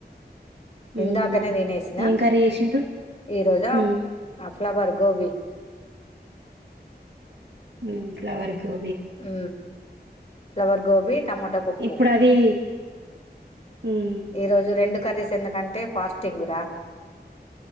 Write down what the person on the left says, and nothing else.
ఇందాకనే
తినేసిన
ఈ రోజు
అ ఫ్లావర్ గోబి
హ్ ఫ్లవర్ గోబి టమాట పప్పు
ఈ రోజు రెండు కర్రీస్ ఎందుకంటే ఫాస్టింగ్ రా